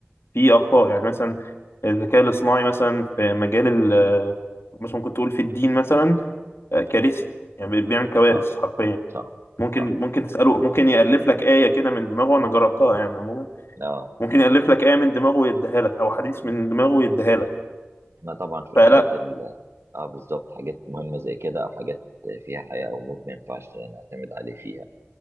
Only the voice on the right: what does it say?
صح
صح
صح
اه
احنا طبعا في
الحاجات ال اه بالظبط حاجات مهمة زي كده او حاجات فيها حياة او موت ما ينفعش نعتمد عليه فيها